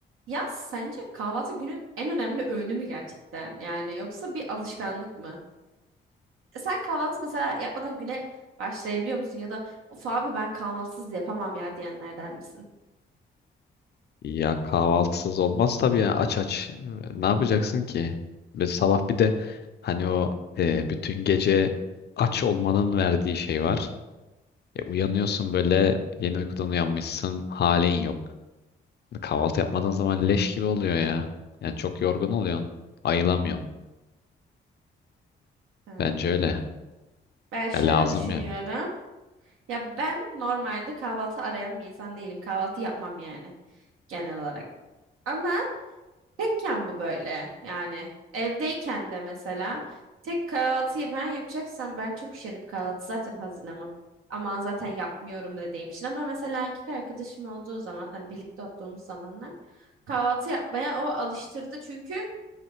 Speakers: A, on the right; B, on the left.
A: Ya sence kahvaltı günün en önemli öğünü mü gerçekten? Yani yoksa bir alışkanlık mı? E, Sen kahvaltı mesela yapmadan güne başlayabiliyor musun? Ya da of abi ben kahvaltısız yapamam ya diyenlerden misin?
B: Ya kahvaltısız olmaz tabii ya aç aç. Ee, Ne yapacaksın ki? Ve sabah bir de hani o e, bütün gece aç olmanın verdiği şey var. E, uyanıyorsun böyle yeni uykudan uyanmışsın halin yok. Kahvaltı yapmadığın zaman leş gibi oluyor ya. Yani çok yorgun oluyorsun. Ayılamıyorsun.
A: Ha.
B: Bence öyle.
A: Ben şöyle
B: Ya lazım
A: düşünüyorum.
B: yani.
A: Ya ben normalde kahvaltı arayan bir insan değilim. Kahvaltı yapmam yani genel olarak. Ama Tekken bu böyle yani evdeyken de mesela tek kahvaltıyı ben yapacaksam ben çok üşenip kahvaltı zaten hazırlamam. Ama zaten yapmıyorum dediğim için ama mesela erkek arkadaşım olduğu zaman hani birlikte olduğumuz zamanlar kahvaltı yapmaya o alıştırdı çünkü